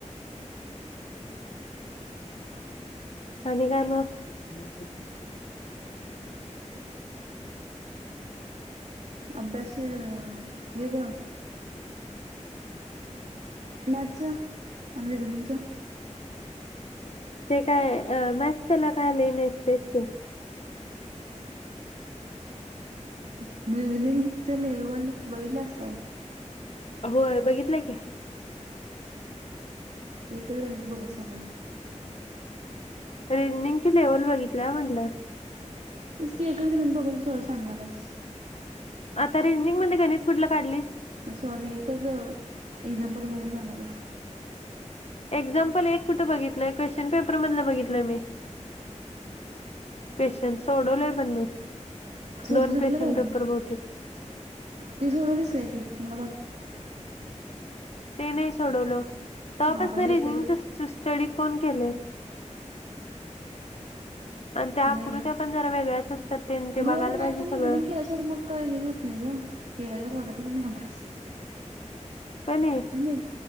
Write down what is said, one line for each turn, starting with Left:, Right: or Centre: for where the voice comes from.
Left: आणि काय मगं? <unintelligible>
Right: अभ्यास अ हे ग मॅथचं अन रिजनिगचं
Left: ते काय अ म्यॅथ्स तेला काय लै <unintelligible>
Right: <inaudible> रिजनिंगच लेवल बघितलंस काय?
Left: होय बघितलंय की.
Right: एकच मिनिट, बघून सांगायल्या.
Left: रिजनिंगची लेवल बघितल्या म्हणलं.
Right: तेचकी एकच गणित बघून सगळं सांगायल्यास.
Left: आता रिजनिंगमध्ये गणित कुठलं काढलीस?
Right: सॉरी एकच एक्झाम्पल बघून सांगायल्यास.
Left: एक्झाम्पल एक कुठं बघितलंय, क्वेश्चन पेपरमधलं बघितलंय मी. क्वेश्चन सोडवलंय पण मी.
Right: सुट
Left: दोन
Right: सुटलं
Left: क्वेश्चन
Right: काय
Left: पेपर
Right: ते?
Left: बहुतेक.
Right: ते सोडवलीस काय ते, मला पाट
Left: ते नाय सोडवलो. तवापासनं
Right: आपल्याला येतीलच
Left: रिजनिंगचं स्ट स्टडी कोण केलंय? आणि त्या आकृत्या
Right: नाही.
Left: पण जरा वेगळ्याच असतात ते ते बघायला
Right: रोज मॅथ्स
Left: पाहिजे
Right: आणि
Left: सगळं
Right: रिजनिंग केल्या शेवट मग काय हेच होतं नाय गं, केल्यागत वाटतच नाय अभ्यास.
Left: का नाही
Right: हा नाय?